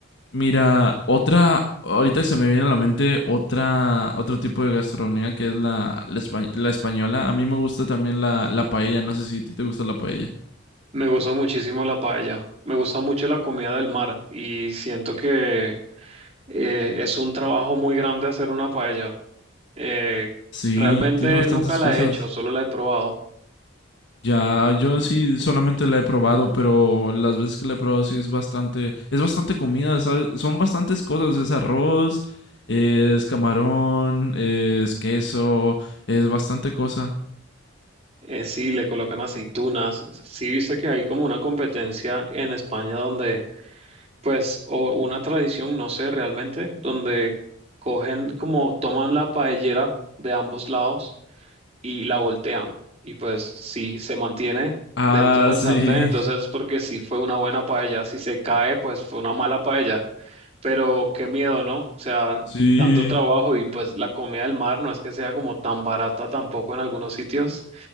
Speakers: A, on the left (about 60°); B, on the right (about 30°).
A: Mira, otra, ahorita se me viene a la mente otra, otro tipo de gastronomía que es la, la, espa- la española. A mí me gusta también la, la paella, no sé si a ti te gusta la paella.
B: me gustó muchísimo la paella, me gusta mucho la comida del mar y siento que eh, es un trabajo muy grande hacer una paella. Eh,
A: Sí,
B: realmente
A: tiene bastantes
B: nunca la
A: cosas.
B: he hecho, solo la he probado.
A: Ya, yo sí solamente la he probado, pero las veces que la he probado sí es bastante, es bastante comida, ¿sabes? Son bastantes cosas, es arroz, es camarón, es queso, es bastante cosa.
B: Eh, sí, le colocan aceitunas. Sí, viste que hay como una competencia en España donde, pues, o una tradición, no sé realmente, donde cogen como, toman la paellera de ambos lados y la voltean. Y pues, si se mantiene
A: Ah,
B: dentro del
A: sí,
B: sartén, entonces es porque sí fue una buena paella. Si se cae, pues fue una mala paella. Pero qué miedo, ¿no? O sea,
A: <laughs>
B: tanto trabajo
A: sí,
B: y pues la comida del mar no es que sea como tan barata tampoco en algunos sitios.